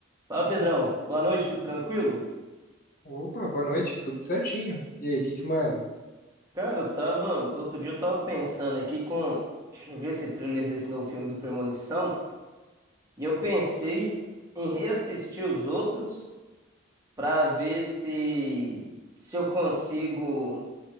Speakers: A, on the right; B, on the left.
A: Fala, Pedrão. Boa noite, tudo tranquilo?
B: Opa, boa noite, tudo certinho. E aí, o que que manda?
A: Cara, eu tava. Outro dia eu tava pensando aqui com. Eu vi esse trailer desse novo filme do Premonição e eu pensei em reassistir os outros pra ver se. se eu consigo